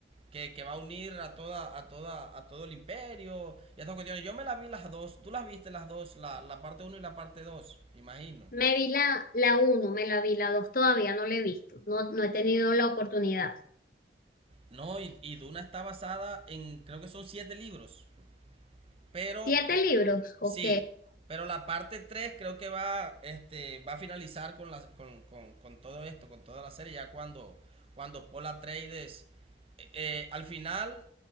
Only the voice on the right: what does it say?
Que, que va a unir a toda a toda a todo el imperio y a todas cuestiones. Yo me las vi las dos, tú las viste las dos, la, la parte uno y la parte 2, imagino.
No, y, y Duna está basada en, creo que son siete libros, pero
sí, pero la parte 3 creo que va, este, va a finalizar con, la, con, con- con todo esto, con toda la serie, ya cuando, cuando Paul Atreides, eh, eh, al final,